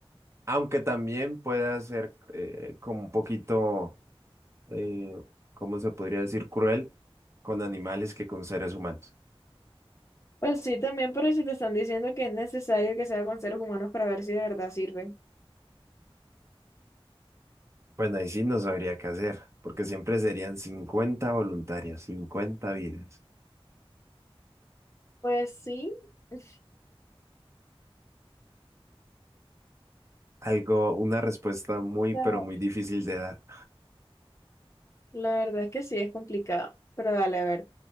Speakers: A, on the right; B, on the left.
A: aunque también pueda ser eh, como un poquito, eh, ¿cómo se podría decir? Cruel con animales que con seres humanos.
B: Pues sí, también, pero si te están diciendo que es necesario que sea con seres humanos para ver si de verdad sirve.
A: Bueno, ahí sí no sabría qué hacer, porque siempre serían 50 voluntarios, 50 vidas.
B: Pues sí, o
A: Algo, una respuesta muy,
B: sea,
A: pero muy difícil de dar.
B: la verdad es que sí es complicado. Pero dale, a ver,